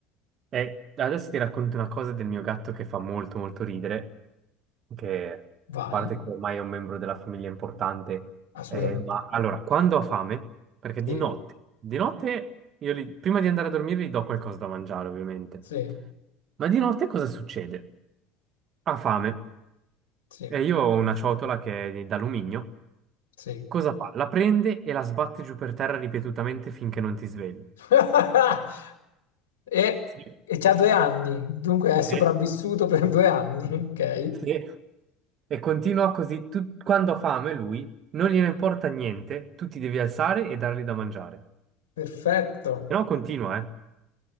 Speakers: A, on the right (about 50°); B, on the left (about 80°).
A: E adesso ti racconto una cosa del mio gatto che fa molto, molto ridere. che a
B: Vai,
A: parte che ormai è un membro della famiglia importante,
B: assolutamente.
A: eh, ma allora, quando ho fame, perché di
B: Sì,
A: notte, di notte io li- prima di andare a dormire gli do qualcosa da mangiare, ovviamente.
B: sì,
A: Ma di notte cosa succede? Ha fame
B: sì,
A: e io ho una ciotola che è d'alluminio.
B: sì.
A: Cosa fa? La prende e la sbatte giù per terra ripetutamente finché non ti svegli.
B: <laughs> E,
A: Sì,
B: e c'ha due anni, dunque è sopravvissuto
A: sì,
B: per due anni. <laughs> Ok,
A: sì. E continua così, tu- quando ha fame lui, non gliene importa niente, tu ti devi alzare e dargli da mangiare.
B: perfetto.
A: Se no continua, eh.